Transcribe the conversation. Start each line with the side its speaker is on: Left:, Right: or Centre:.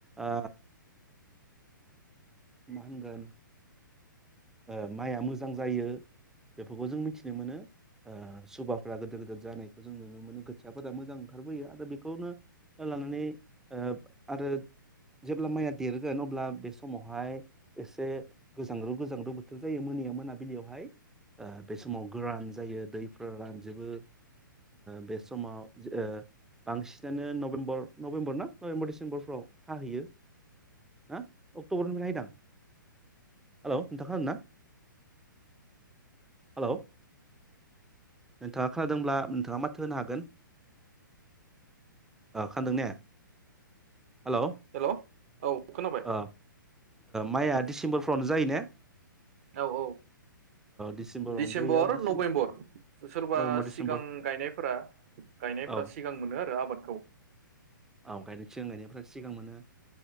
Centre: आ माहोनगोन ओ माइआ मोजां जायो बेफोरखौ जों मिथिनो मोनो ओ सुबाफ्रा गोदोर गोदोर जानायखौ जों नुनो मोनो खोथियाफोरा मोजां ओंखारबोयो आरो बेखौनो लानानै ओ आरो जेब्ला माइया देरगोन अब्ला बे समावहाय एसे गोजांग्रु गोजांग्रु बोथोर जायो मोनायाव मोनाबिलियावहाय ओ बे समाव गोरान जायो दैफोर रानजोबो बे समाव ओ बांसिनानो नभेम्बर - नभेम्बर ना नभेम्बर डिसेम्बरफ्राव हाहैयो ओ अक्ट'बरनिफ्राय हायोदां हेल' नोंथांआ खोनादों ना? हेलौ नोंथाङा खोनादोंब्ला नोंथाङा माथो होनो हागोन? खोनादों ने? हेल'ओह
Right: हेलौ औ खोनाबाय
Centre: ओ माइया
Right: उम
Centre: दिसेम्बर जायो ने?
Right: औ औ।
Centre: डिसेम्बरावनो
Right: दिसेम्बर
Centre: जायो डिसेम
Right: नभेम्बर। सोरबा
Centre: नभेम्बर
Right: सिगां
Centre: डिसेम्बर
Right: गायनायफोरा़ - गायनायफोरा
Centre: औ
Right: सिगां मोनो आरो आबाद औ।
Centre: औ गायनोसैग आ गायनायफ्रा सिगां मोनो